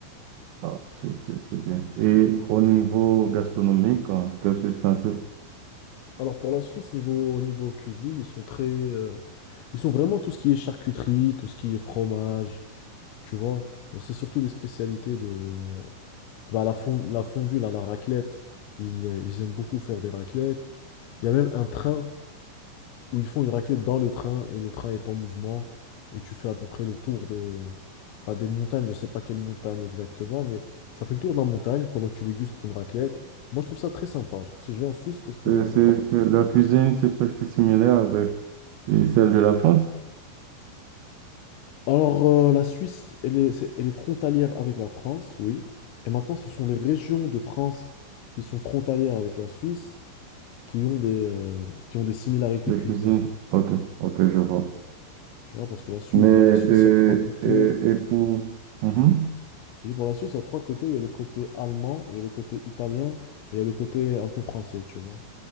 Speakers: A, on the right; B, on the left.
A: Ah, c'est c'est- c'est bien. Et au niveau gastronomique, hein, qu'est-ce que tu pensais?
B: Alors pour la Suisse, niveau, niveau cuisine, ils sont très. euh, ils sont vraiment tout ce qui est charcuterie, tout ce qui est fromage, tu vois. Genre, C'est surtout des spécialités de. bah, la fon- la fondue, là, la raclette. Ils, euh, ils aiment beaucoup faire des raclettes. Il y a même un train. où ils font une raclette dans le train et le train est en mouvement et tu fais à peu près le tour de pas des montagnes, je sais pas quelle montagne exactement, mais ça fait le tour de la montagne pendant que tu dégustes une raclette. Moi, je trouve ça très sympa. Genre, si je vais en Suisse, ce serait
A: C'est-
B: ça
A: c'est-
B: fera-
A: c'est- la cuisine, c'est presque similaire avec et celle de la France,
B: Alors, euh, la Suisse, elle est, c'est- elle est frontalière avec la France, oui. Et maintenant, ce sont les régions de France qui sont frontalières avec la Suisse qui ont des, euh, qui ont des similarités
A: les
B: culinaires.
A: cuisines. Ok, ok, je vois.
B: Tu vois, parce que la Suisse,
A: Mais, euh,
B: dans la Suisse, il y a trois côtés.
A: euh, et pour... Mhm.
B: Tu dis, pour la Suisse, il y a trois côtés. Il y a le côté allemand, il y a le côté italien, et il y a le côté un peu français, tu vois.